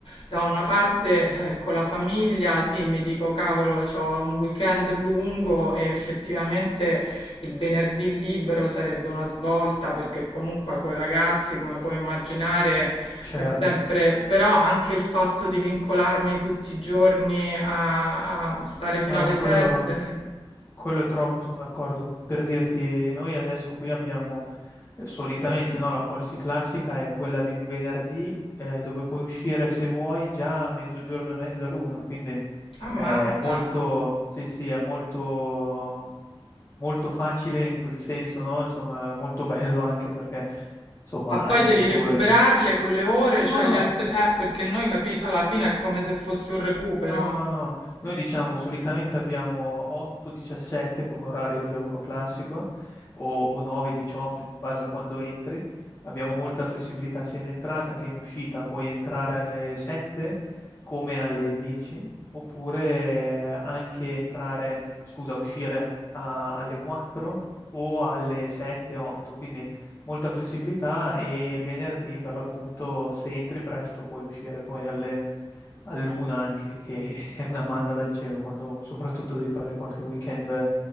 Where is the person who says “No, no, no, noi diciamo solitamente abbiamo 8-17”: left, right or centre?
Left